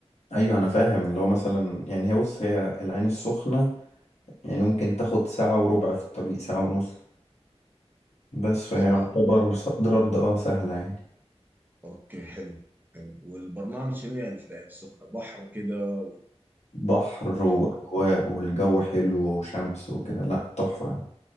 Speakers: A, on the left; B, on the right.
A: ايوه انا فاهم اللي هو مثلا يعني هي بص هي العين السخنة يعني ممكن تاخد ساعة وربع في الطريق ساعة ونص بس فهي
B: صح
A: يعتبر صد رد اه سهلة يعني
B: اوكي حلو حلو والبرنامج شنو يعني في العين السخنه بحر كده
A: بحر وأجواء
B: شنو
A: والجو حلو وشمس وكده لأ تحفة